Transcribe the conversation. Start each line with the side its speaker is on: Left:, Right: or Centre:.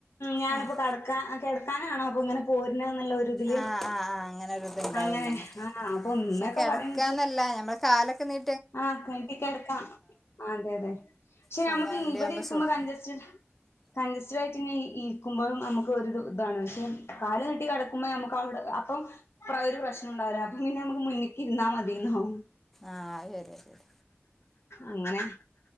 Left: ഞാനിപ്പകെടക്കാ
Centre: ആഹ്
Left: കെടക്കാനാണാപ്പൊങ്ങനെ പോര്നാന്നുള്ള ഒരിതില്
Centre: ആഹ് ആഹ് ആഹ് അങ്ങനെ ഒരിതുണ്ടാവല്ലോ
Left: അങ്ങനെ
Centre: നമുക്ക്
Left: ആഹ് അപ്പൊ ഉമ്മക്കെ
Centre: പക്ഷെ കിടക്കാന്നല്ല
Left: പറയണ്ട്
Centre: ഞമ്മള് കാലൊക്കെ നീ
Left: ആഹ് <unintelligible> എടുക്കാം അതെ അതെ ശ്ശേ
Centre: സ്വന്തം
Left: ഞമ്മക്ക്
Centre: വണ്ടി
Left: ഇവിടെ
Centre: ആകുമ്പോ
Left: ഇരിക്കുമ്പോ
Centre: സുഖ
Left: കഞ്സ്റ്റ് കഞ്ചസ്റ്റഡ് ആയിട്ട്ങ്ങനെ ഇരിക്കുമ്പോ അമ്മ്ക്ക് ഒരു ഇതാണ് പക്ഷെ കാല് നീട്ടി കെട ഉമ്മേ മ്ക്കവടെ അപ്പം ഒരു പ്രശ്നം ഉണ്ടാവൂല അപ്പം പിന്നെ മ്ക്ക് മുന്നിക്കിര്ന്നാ മതിന്നാവും.
Centre: ആഹ് ശരി ശരി
Left: അങ്ങനെ